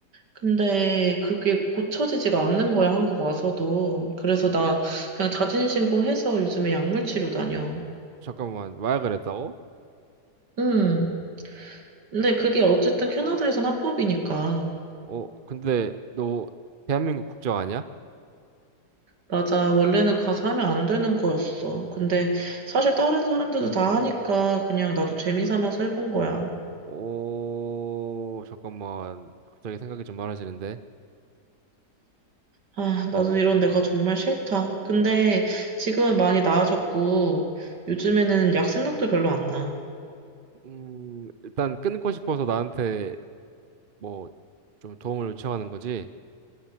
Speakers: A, on the right (about 85°); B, on the right (about 45°).
A: 근데 그게 고쳐지지가 않는 거야, 한국 와서도. 그래서 나 그냥 자진신고해서 요즘에 약물 치료 다녀.
B: 잠깐만, 마약을 했다고?
A: 음. 근데 그게 어쨌든 캐나다에선 합법이니까.
B: 어, 근데 너 대한민국 국적 아니야?
A: 맞아. 원래는 가서 하면 안 되는 거였어. 근데 사실 다른 사람들도 다 하니까 그냥 나도 재미 삼아서 해본 거야.
B: 오, 잠깐만. 갑자기 생각이 좀 많아지는데.
A: 아, 나도 이런 내가 정말 싫다. 근데 지금은 많이 나아졌고 요즘에는 약 생각도 별로 안 나.
B: 음, 일단 끊고 싶어서 나한테 뭐 좀 도움을 요청하는 거지.